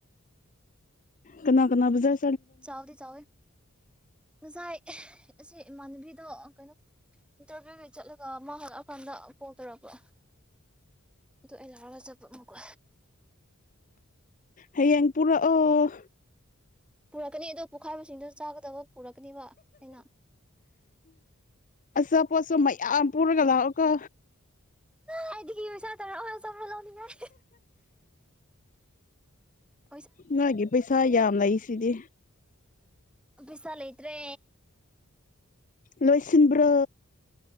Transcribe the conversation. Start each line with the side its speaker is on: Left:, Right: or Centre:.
Left: ꯀꯅꯥ ꯀꯅꯥ ꯕꯖꯥ
Centre: ꯆꯥꯎꯕꯗꯤ ꯆꯋꯦ ꯉꯁꯥꯏ ꯑꯁꯤ ꯏꯃꯥꯟꯅꯕꯤꯗꯣ ꯀꯩꯅꯣ ꯏꯟꯇꯔꯚꯤꯌꯨꯗ ꯆꯠꯂꯒ ꯃꯥ ꯍꯜꯂꯛꯑꯀꯥꯟꯗ ꯀꯣꯜ ꯇꯧꯔꯛꯄ ꯑꯗꯨ ꯑꯩ ꯂꯥꯎꯔꯒ ꯆꯠꯄ ꯑꯃꯨꯀꯣ
Left: ꯍꯌꯦꯡꯄꯨꯔ ꯑꯣ
Centre: ꯄꯨꯔꯛꯀꯅꯤ ꯑꯗꯣ ꯄꯣꯛꯈꯥꯏꯕꯁꯤꯡꯗꯨ ꯆꯥꯒꯗꯕ ꯄꯨꯔꯛꯀꯅꯤꯕ ꯑꯩꯅ
Left: ꯑꯆꯥꯄꯣꯠꯁꯨ ꯃꯌꯥꯝ ꯄꯨꯔꯒ ꯂꯥꯛꯑꯣ ꯀꯣ
Centre: ꯀꯈꯤꯗꯤ ꯄꯩꯁꯥ ꯇꯧꯔ ꯃ ꯂꯅꯤꯡ ꯍꯥꯏ ꯎ
Left: ꯅꯣꯏ ꯄꯩꯁꯥ ꯌꯥꯝ ꯂꯩꯁꯤ ꯑꯗꯨꯗꯤ
Centre: ꯄꯩꯁꯥ ꯂꯩꯗ꯭ꯔꯦ
Left: ꯂꯣꯏꯁꯤꯟꯕ꯭ꯔꯥ